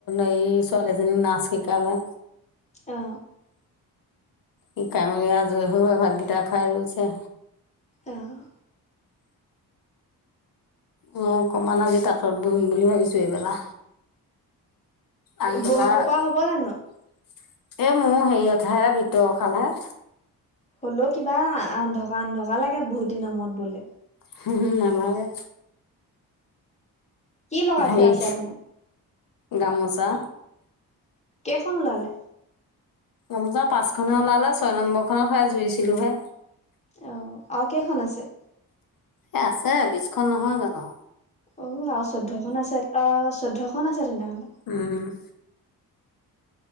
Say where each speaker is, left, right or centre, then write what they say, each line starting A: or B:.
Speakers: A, on the left; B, on the left.
A: এই ছোৱালীজনীক নাচ শিকালে।
B: অ
A: শিকাই মেলি আজৰি হৈ ভাতকেইটা খাই ৰৈছে।
B: অ'
A: মও অকণমান আজি তাঁতত বহিম বুলি ভাবিছোঁ এবেলা। আগবেলা
B: বহিব
A: এ
B: পৰা হ'ব জানো?
A: মোৰ হেৰিয়তহে ভিতৰ শালহে।
B: হ'লও কিবা অন্ধকা অন্ধকা লাগে বহুত দিনৰ মূৰত বলে।
A: হুম হুম নালাগে।
B: কি লগাই
A: হেই
B: থোৱা আছে আপোনাৰ?
A: গামোচা
B: কেইখন ওলালে?
A: গামোচা পাঁচখনে ওলালে ছয় নম্বৰখনতহে জুৰিছিলোহে।
B: অঁ, আৰু কেইখন আছে?
A: এ আছে বিশখন নহয় জানো।
B: অ আও চৈধ্যখন আছে অ চৈধ্যখন আছে তেনেহলে।
A: উম